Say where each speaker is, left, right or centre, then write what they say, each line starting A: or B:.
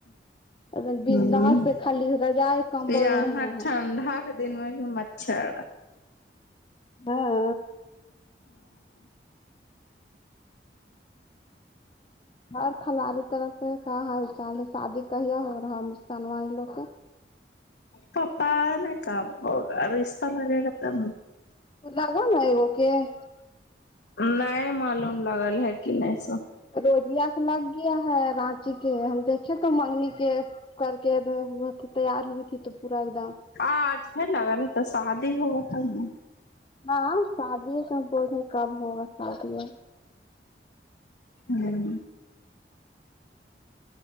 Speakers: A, on the left; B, on the left.
A: ایک دم بن
B: ہوں
A: داس سے خالی رضائی کمبل
B: یہاں
A: اڑھنا ہے
B: <unintelligible> دن میں بھی مچھر
A: ہاں اور کھلاڑی طرف سے کا حال چال شادی کہی یا ہو رہا مسکان ہم لوگ کے
B: پتہ نہیں کب ہوگا رشتہ لگے گا تب
A: <unintelligible>
B: نہیں معلوم لگل ہے کی نہیں سو
A: روجیا کے لگ گیا ہے رانچی کے ہے ہم دیکھے تو منگنی کے کر کے ہوا تیار ہوئی تھی تو پورا ایک دم
B: آج ہے لگا نہیں تو شادی ہو گئی نا
A: نہ شادی تو بولے کب ہوگا شادی
B: ہمم